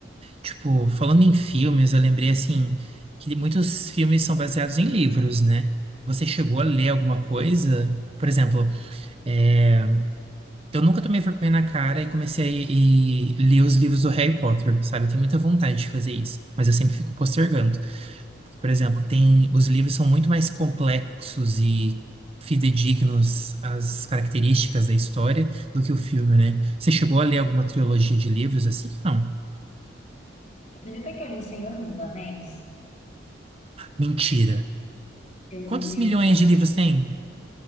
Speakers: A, on the right (about 30°); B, on the left (about 35°).
A: Tipo, falando em filmes, eu lembrei assim que muitos filmes são baseados em livros, né? Você chegou a ler alguma coisa? Por exemplo, é, eu nunca tomei vergonha na cara e comecei a e ler os livros do Harry Potter, sabe? Eu tenho muita vontade de fazer isso, mas eu sempre fico postergando. Por exemplo, tem os livros são muito mais complexos e fidedignos às características da história do que o filme, né? Você chegou a ler alguma trilogia de livros assim? Não.
B: Acredita que eu li Senhor dos Anéis?
A: Mentira.
B: Eu li
A: Quantos
B: Senhor
A: milhões
B: dos Anéis.
A: de livros tem?